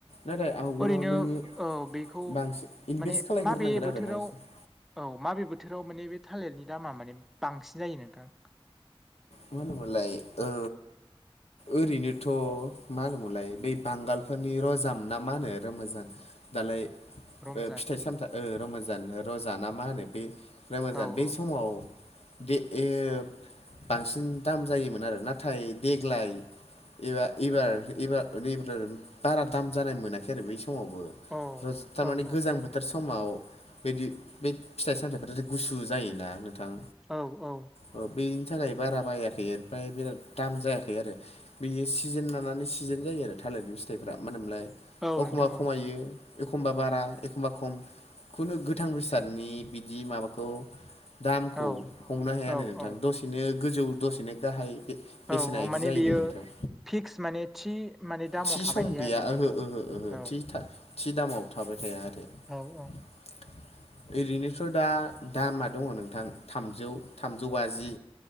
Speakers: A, on the left; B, in the centre.
A: नाथाय आवगोलाव
B: ओरैनो
A: नोङो
B: औ बेखौ
A: बांसि इनभेस्ट
B: माने
A: खालायग्रोनांगोन
B: माबे बोथोराव
A: आरो बांसिन
B: औ माबे बोथोराव माने बे थालिरनि दामा माने बांसिन जायो नोंथां
A: मा होनो मोनलाय ओ ओरैनोथ' मा होनोमोनलाय बै बांगालफोरनि रजाम ना मा होनो रमजान दालाय
B: रमजान
A: ओ फिथाइ सामथा ओ रमाजान रजा ना मा होनो बे रमाजान
B: औ
A: बे
B: औ
A: समाव बे एयो बांसिन दाम जायोमोन आरो नाथाय देग्लाय एबा एबार एबा रिब्ला बारा दाम जानाय मोनाखै आरो बै समावबो
B: औ
A: होज थारमाने
B: औ औ
A: गोजां बोथ थोर समाव बिदि बे फिथाइ सामथाइफ्राथ' गुसु जायोना नोंथां
B: औ औ
A: औ बेनि थाखाय बारा बायाखै ओमफ्राय बिराद दाम जायाखै आरो बियो सिजेन लानानै सिजेन जायो आरो थालिरनि फिथाइफ्रा मा होनोमोनलाय
B: औ
A: अखमबा
B: नोंथां
A: खमायो एखमबा बारा एखमबा खम खुनु गोथां बेसादनि बिदि माबाखौ दामखौ
B: औ औ
A: हमनो हाया
B: औ
A: नो नोंथां
B: औ
A: दसेनो गोजौ दसेनो गाहाय बेसेना
B: औ औ
A: इदि
B: माने
A: जायोनो
B: बेयो
A: नोंथां
B: फिक्स माने थि माने दामाव
A: थि
B: थाबाय
A: सम
B: थाया
A: गैया
B: आरोना नोंथां
A: ओहो ओहो ओहो
B: औ
A: थि था थि दामाव थाबाय थाया आरो
B: औ औ
A: <inaudible> ओरैनोथ' दा दामा दङ नोंथां थामजौ थामजौ बाजि